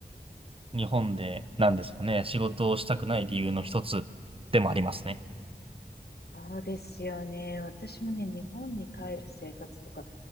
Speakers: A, on the right; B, on the left.
A: 日本で、なんですかね、仕事をしたくない理由の一つでもありますね。
B: そうですよね。私もね、日本に帰る生活とか、